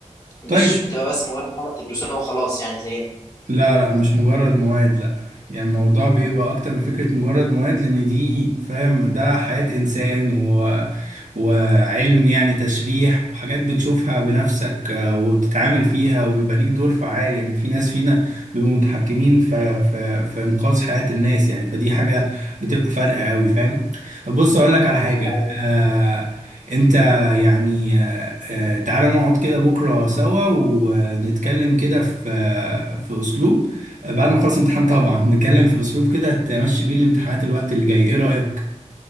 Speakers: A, on the left; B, on the right.
A: مش
B: طيب
A: بتبقى بس مجرد حاجه بتدرسوها وخلاص يعني زينا
B: لا لا مش مجرد مواد لا يعني الموضوع بيبقى
A: مم.
B: اكتر من فكرة مجرد مواد لان دي فاهم ده حياة انسان و... وعلم يعني تشريح وحاجات بتشوفها بنفسك آه، وبتتعامل فيها وبيبقى ليك دور فعال يعني في ناس فينا بيبقوا متحكمين في في في انقاذ حياة الناس يعني فدي حاجة بتبقى فارقة قوي فاهم طب بص اقول لك على حاجة
A: أيوة.
B: آه... انت يعني آه، آه، تعالى نقعد كده بكرة سوا ونتكلم كده في آه، في أسلوب آه، بعد ما أخلص امتحان طبعا نتكلم في أسلوب كده تمشي بيه الامتحانات الوقت اللي جاي إيه رأيك؟